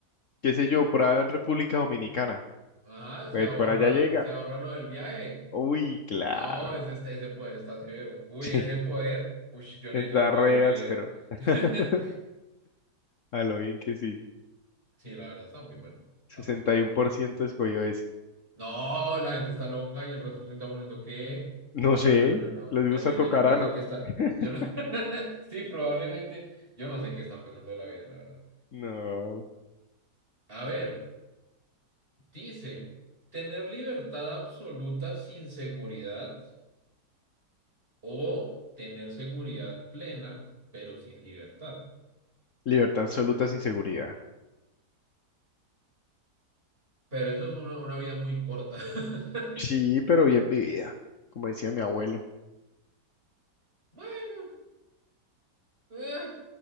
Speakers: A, on the left; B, on the right.
A: qué sé yo, por allá en República Dominicana,
B: Ajá, se
A: pues
B: ahorra,
A: por allá llega.
B: se ahorra lo del viaje.
A: Uy, claro.
B: No, ese,
A: <laughs>
B: está- ese poder está severo. Uy,
A: Sí,
B: ese poder, uy, yo necesito
A: está
B: ese poder
A: re
B: en mi vida.
A: pero <laughs>
B: <laughs>
A: A lo bien que sí.
B: Sí, la verdad está muy bueno. Está
A: sesenta
B: muy bueno
A: y uno
B: el poder.
A: por ciento escogió ese.
B: No, la gente está loca y el resto está poniendo que.
A: No
B: No,
A: sé,
B: no, no, no.
A: les
B: Terrible.
A: gusta tocar
B: Yo no
A: ano.
B: sé qué está.
A: <laughs>
B: Yo no. <laughs> Sí, probablemente. Yo no sé qué están pensando de la vida, la verdad.
A: no. No.
B: A ver, dice: ¿tener libertad absoluta sin seguridad o tener seguridad plena, pero sin libertad?
A: Libertad absoluta sin seguridad.
B: Pero eso es una, una vida muy corta. <laughs>
A: Sí, pero bien vivida, como decía mi abuelo.
B: Bueno, eh,